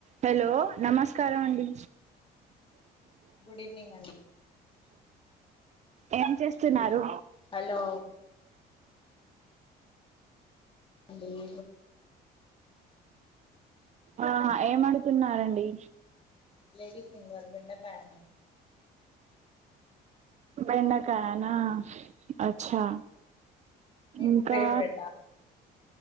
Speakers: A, on the right; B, on the left.
A: Hello నమస్కారం అండి
B: good evening అండి
A: ఏం చేస్తున్నారు
B: హలో అ లేే
A: ఆ ఏమడుతున్నారండి
B: లేడీ ఫింగర్ బెండకాయ
A: బెండకాయన అచ్చా
B: మీకు
A: ఇంకా
B: ఫేవరెట్ ఆ